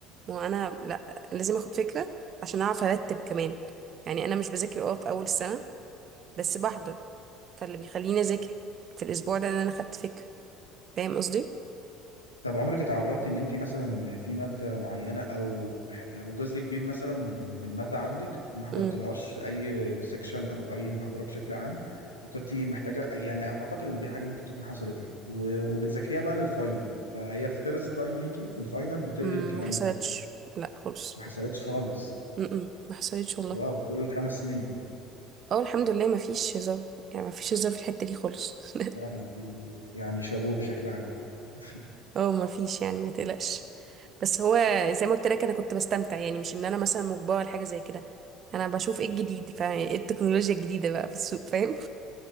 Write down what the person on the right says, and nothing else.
وأنا لا لازم أخد فكرة عشان أعرف أرتب كمان يعني أنا مش بذاكر أه في أول السنة بس بحضر فاللي بيخليني أذاكر في الأسبوع ده إن أنا خدت فكرة فاهم قصدي؟
أمم،
أمم،
ما حصلتش
لا خالص
أمم، ما حصلتش والله
اه الحمد لله مفيش هزار يعني مفيش هزار في الحتة دي خالص <laughs>
اه مفيش يعني ما تقلقش بس هو زي ما قلت لك انا كنت بستمتع يعني مش ان انا مثلا مجبرة لحاجة زي كده انا بشوف ايه الجديد فايه التكنولوجيا الجديدة بقى في السوق فاهم